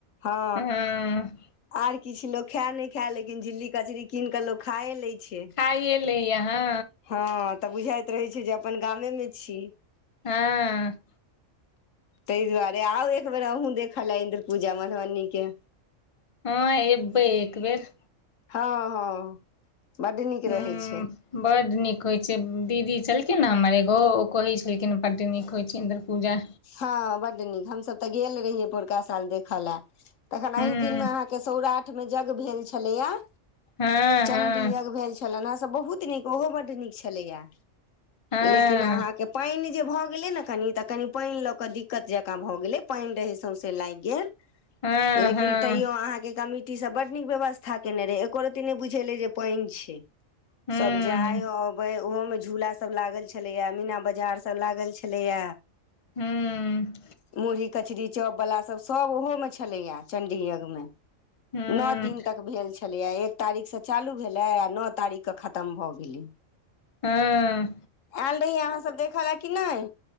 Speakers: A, on the left; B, on the left.
A: हँ
B: हँ
A: आर किछ लोक खाए नय खाए लेकिन झिल्ली कचरी कीन केँ लोक खाए लै छै
B: खाइये लय यऽ हँ
A: हँ तऽ बुझाइत रहै छै जे अपन गामे मे छी
B: हँ
A: ताहि दुआरे आउ एक बेर अहूँ देखऽ लऽ इन्द्र पूजा मधुबनी केँ
B: हँ एबै एक बेर
A: हँ हँ बड्ड नीक
B: हुँ
A: रहै छै
B: बड्ड नीक होइ छै दीदी छलखिन नऽ हमर एगो ओ कहै छलखिन बड्ड नीक होइ छै इन्द्र पूजा
A: हँ बड्ड नीक हमसभ तऽ गेल रहियै पोरका साल देखऽ लऽ तखन
B: हूँ
A: एहि दिनमे अहाँ केँ सौराठ मे जग भेल छलै यऽ
B: हँ हँ
A: चंडी यज्ञ भेल छलैन हन से बहुत निक ओहो बड्ड निक छलै यऽ
B: हँ
A: लेकिन अहाँकेँ पाइन जे भऽ गेलै नऽ कनि तऽ कनि पाइन लऽ कऽ दिक्कत जकाँ भऽ गेलै पाइन रहै सौसे लाइग गेल
B: हँ
A: लेकिन तैयो
B: हँ
A: अहाँकेँ कमी टी सब बड नीक व्यवस्था केने रहै एको रती नय बुझेलै जे पाइन छै
B: हूँ
A: सब जाइ अबै ओहो मे झूला सब लागल छलैय मीना बाजार सब लागल छलैय
B: हुँ
A: मुरही कचरी चाॅपवला सभ - सभ ओहोमे छलै चण्डी यज्ञ मे
B: हूँ
A: नौ दिन तक भेल छै छलै यऽ एक तारीक सँ चालू भेलै आ नौ तारीक कऽ खतम भऽ गेलै
B: हँ
A: आयल रहीयै अहाँ सब देखऽ ले की नय